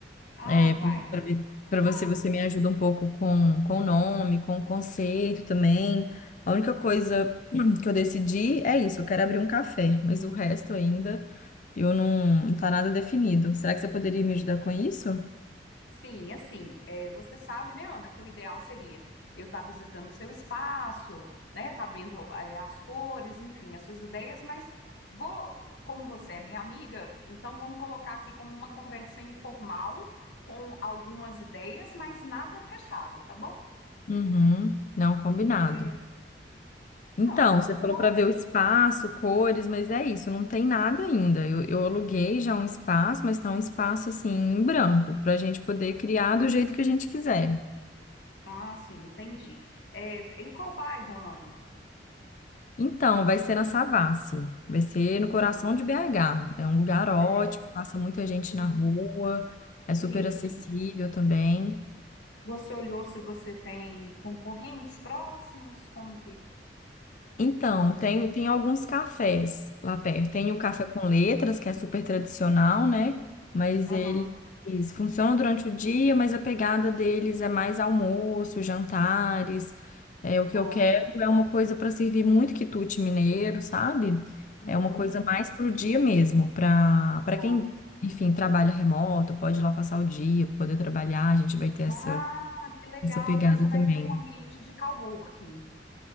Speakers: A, on the left; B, on the left.
A: ah,
B: É,
A: uai, vamos
B: para você,
A: lá.
B: você me ajuda um pouco com, com o nome, com o conceito também. A única coisa <clears throat> que eu decidi é isso, eu quero abrir um café, mas o resto ainda eu não, não tá nada definido. Será que você poderia me ajudar com isso?
A: Sim, assim, é, você sabe, né, Ana, que o ideal seria eu estar visitando o seu espaço, né, tá vendo, é, as cores, enfim, as suas ideias, mas vou, como você é minha amiga, então vamos colocar aqui como uma conversa informal, com algumas ideias, mas nada fechado, tá bom?
B: Uhum, não, combinado.
A: É, então,
B: Então, você
A: vou.
B: falou para ver o espaço, cores, mas é isso, não tem nada ainda. Eu, eu aluguei já um espaço, mas tá um espaço assim em branco, para a gente poder criar do jeito que a gente quiser.
A: Ah, sim, entendi. É, em qual bairro, Ana?
B: Então, vai ser na Savassi, vai ser
A: Hum.
B: no coração
A: hum.
B: de BH. É um lugar ótimo,
A: É,
B: passa muita gente
A: uhum,
B: na rua, é super
A: isso.
B: acessível também.
A: Você olhou se você tem concorrentes próximos? Como que
B: Então,
A: você
B: tem,
A: tá?
B: tem alguns cafés lá perto. Tem o café com letras, que é super tradicional, né? Mas
A: Aham,
B: eles funcionam durante o dia, mas a pegada deles é mais almoço, jantares. É, o que
A: Ah,
B: eu quero
A: tá.
B: é uma coisa para servir muito quitute mineiro, sabe?
A: Uhum,
B: É uma coisa mais para o dia mesmo, para para
A: bom.
B: quem, enfim, trabalha remoto, pode ir lá passar o dia, poder trabalhar, a gente vai ter essa,
A: Ah, que legal.
B: essa pegada
A: Então você vai
B: também.
A: ter um ambiente de coworking.